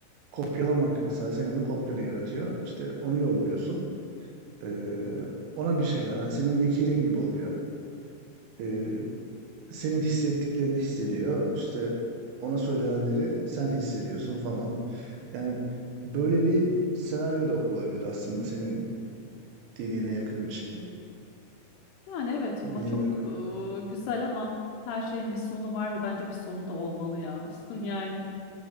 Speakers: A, on the right; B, on the left.
A: kopyalamak mesela senin bir kopyanı yaratıyor. İşte onu yolluyorsun. Ee, ona bir şeyler hani senin vekilin gibi oluyor. Ee, senin hissettiklerini hissediyor. İşte ona söylenenleri sen hissediyorsun falan. Yani böyle bir senaryo da olabilir aslında senin dediğine yakın bir şey.
B: Yani evet
A: Bilemiyorum.
B: ma çok e, güzel ama her şeyin bir sonu var ve bence bir sonu da olmalı ya. <laughs> Yani